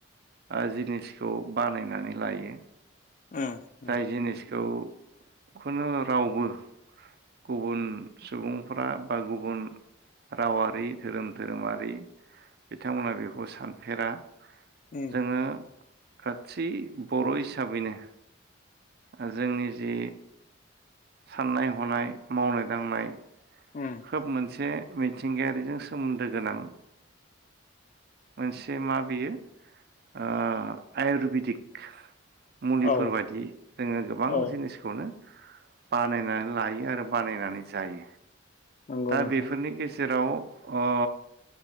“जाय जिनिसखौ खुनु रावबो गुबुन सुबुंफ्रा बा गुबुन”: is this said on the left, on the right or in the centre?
Right